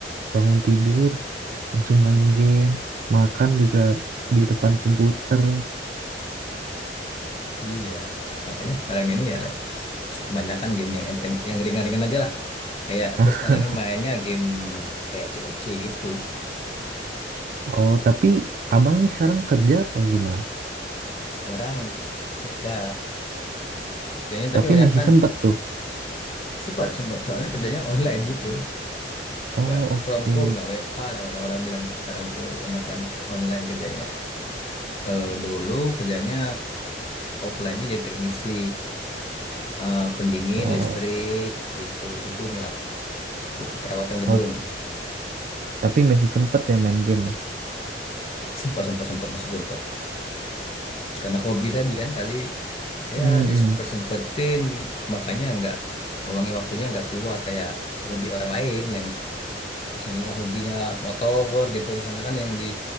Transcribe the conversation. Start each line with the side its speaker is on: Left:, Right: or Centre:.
Right: Bangun tidur, langsung main game. Makan juga di depan komputer.
Left: Iya. Makanya sekarang ini ya lah, kebanyakan game yang enteng, yang ringan-ringan aja lah. Kayak aku
Right: <laughs>
Left: sekarang mainnya game kayak C O C gitu.
Right: Oh, tapi abang nih sekarang kerja atau gimana?
Left: Sekarang kerja, kerjanya tapi
Right: Tapi
Left: banyak
Right: masih
Left: kan
Right: sempet tuh.
Left: sempat sempat soalnya kerjanya online gitu.
Right: Oh,
Left: Wa-
Right: oke.
Left: From home lah, W F WFH lah kata orang bilang tuh sekarang tuh banyak kan online kerjanya. Kalau dulu kerjanya offline-nya jadi teknisi eh, pendingin,
Right: Oh,
Left: listrik, gitu, gedung lah, lebih ke perawatan gedung.
Right: oh, tapi masih sempet ya main game ya?
Left: Sempat, sempat, sempat, masih sempat. Karena hobi tadi kan kali, ya
Right: Mm-mm.
Left: disempet-sempetin, makanya nggak, luangin waktunya nggak keluar kayak hobi orang lain yang misalnya hobinya motor gitu, misalnya kan yang di